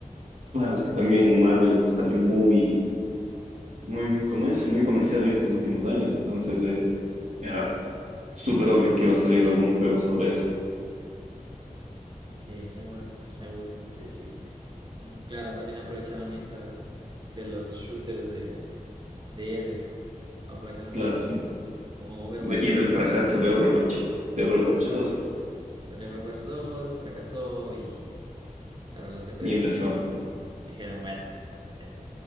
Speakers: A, on the right (about 55°); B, on the right (about 35°).
A: Claro, es que también Marvel salió muy, muy, ¿cómo es? Muy comercial estos últimos años, entonces es, era súper obvio que iba a salir algún juego sobre eso.
B: Sí, seguro, seguramente sí. Mm, Claro, también aprovecharon esta de los shooters de, de héroes, ¿no? Aprovechándose
A: Claro,
B: del,
A: sí.
B: como Overwatch
A: De- y
B: 2
A: del fracaso
B: también.
A: de Overwatch, de Overwatch
B: Ajá.
A: dos,
B: Salió Overwatch 2, fracasó y claro, las empresas
A: Y empezó.
B: dijeron, bueno, este